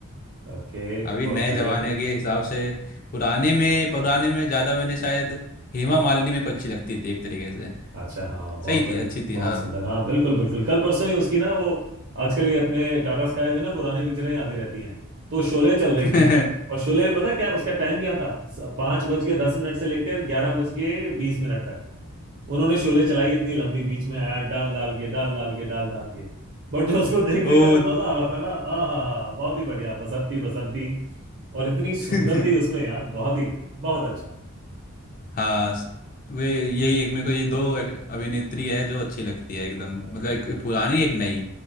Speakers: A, on the right; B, on the left.
A: ओके
B: अभी
A: बहुत
B: नए
A: बढ़िया
B: जमाने के हिसाब से पुराने में पुराने में ज्यादा मैंने शायद हेमा मालिनी मेरे को अच्छी लगती थी एक तरीके से
A: अच्छा हाँ बहुत
B: सही
A: बढ़िया
B: थी अच्छी थी
A: बहुत
B: हाँ
A: सुंदर हाँ बिल्कुल बिल्कुल कल परसों ही उसकी ना वो आजकल ये अपने टाटा स्काई में ना पुरानी पिक्चरें ही आती रहती हैं तो शोले चल रही
B: <laughs>
A: थी और शोले पता क्या उसका टाइम क्या था स- पाँच बज के दस मिनट से लेकर ग्यारह बज के बीस मिनट तक उन्होंने शोले चलाई इतनी लंबी बीच में ऐड डाल डाल के डाल डाल के डाल डाल के बट जो उसको देखने
B: ओ
A: का जो मजा आ रहा था ना आ हा हा बहुत ही बढ़िया बसंती बसंती और इतनी सुंदर
B: <laughs>
A: थी उसमें यार बहुत ही बहुत अच्छा
B: हाँ वे यही एक मेरे को ये दो एक- अभिनेत्री है जो अच्छी लगती है एकदम
A: हम्म
B: मतलब एक पुरानी एक नई